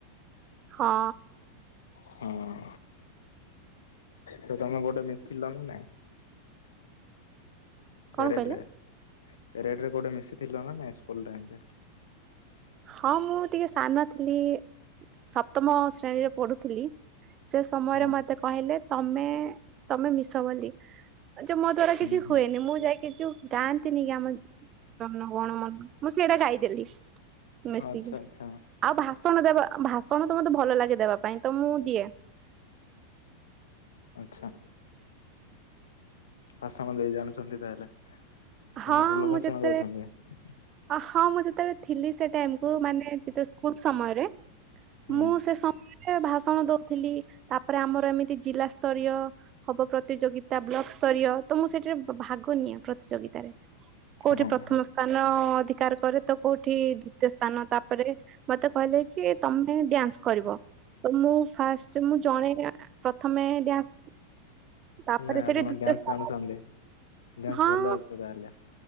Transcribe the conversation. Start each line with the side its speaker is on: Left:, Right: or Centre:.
Right: ହଁ।
Left: ହଁ ଅଁ ତ ତମେ ଗୋଟେ ମିସ ଥିଲ ନା ନାଇଁ?
Right: କଣ
Left: ପେରେଟରେ।
Right: କହିଲେ
Left: ପେରେଡ କୋଉଟେ ମିଶିଥିଲ ନା ନାଇଁ ସ୍କୁଲ ଟାଇମରେ?
Right: ହଁ ମୁଁ ଟିକେ ସାନ ଥିଲି ସପ୍ତମ ଶ୍ରେଣୀରେ ପଢୁଥିଲି। ସେ ସମୟରେ
Left: ହଁ
Right: ମତେ କହିଲେ ତମେ ତମେ ମିଶ ବୋଲି। ଯେ ମୋ ଦ୍ଵାରା
Left: ହୁଁ
Right: କିଛି
Left: ହୁଁ।
Right: ହୁଏନି ମୁଁ ଯାଇକି ଯୋଉ ଗାଆନ୍ତିନି କି ଆମ ଜନଗଣ ମନ ମୁଁ ସ୍କୁ ସେଟା ଗାଇଦେଲି ମିଶିକି
Left: ଆଚ୍ଛା ଆଚ୍ଛା
Right: ଆଉ ଭାସ ଭାଷଣ ତ ଦେବା ଭାଷଣ ତ ମତେ ଭଲ ଲାଗେ ଦେବା ପାଇଁ ତ ମୁଁ ଦିଏ।
Left: ଆଛା ଭାଷଣ ଦେଇ ଜାଣୁଛନ୍ତି ତାହେଲେ?
Right: ହଁ
Left: ମାନେ ଭଲ
Right: ମୁଁ
Left: ଭାଷଣ
Right: ଯେତେବେଳେ
Left: ଦଉଛନ୍ତି।
Right: ହଁ ମୁଁ ଯେତେବେଳେ ଥିଲି ସେ ଟାଇମ କୁ ମାନେ ସେଟା ସ୍କୁଲ ସମୟରେ
Left: ହୁଁ
Right: ମୁଁ ସେ ସମୟରେ ଭାଷଣ ଦଉଥିଲି। ତାପରେ ଆମର ଏମିତି ଜିଲ୍ଲା ସ୍ତରୀୟ ହବ ପ୍ରତିଯୋଗିତା ବ୍ଲକ ସ୍ତରୀୟ ତ ମୁଁ ସେଠିରେ ଭା ଭାଗନିଏ ପ୍ରତିଯୋଗିତାରେ। କୋଉଠି
Left: ହଁ
Right: ପ୍ରଥମ
Left: ହଁ
Right: ସ୍ଥାନ ଅଧିକାର କରେ ତ କୋଉଠି ଦ୍ଵିତୀୟ ସ୍ଥାନ ତାପରେ ମତେ କହିଲେ କି ତମେ ଡ୍ୟାନ୍ସ କରିବ ତ ମୁଁ ଫାଷ୍ଟ ମୁଁ ଜଣେ ପ୍ରଥମେ ଡ୍ୟାନ୍ସ ତାପରେ
Left: ନାଇଁ
Right: ସେଠି
Left: ଆପଣ
Right: ଦ୍ଵିତୀୟ
Left: ଡ୍ୟାନ୍ସ
Right: ସ୍ଥାନ
Left: ଜାଣୁଛନ୍ତି ଡ୍ୟାନ୍ସ
Right: ହଁ
Left: ଭଲ
Right: ଅଁ
Left: ଅଛି ତାହେଲେ।